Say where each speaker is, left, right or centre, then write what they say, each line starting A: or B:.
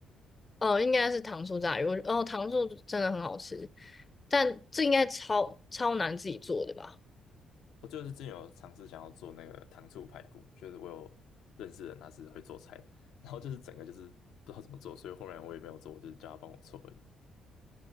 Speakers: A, on the left (about 25°); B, on the left (about 90°).
A: 哦，应该是糖醋炸鱼，我哦，糖醋真的很好吃，但这应该超超难自己做的吧？
B: 我就是之前有尝试想要做那个糖醋排骨，就是我有认识的人他是会做菜的，然后就是整个就是不知道怎么做，所以后面我也没有做，我就是叫他帮我做而已，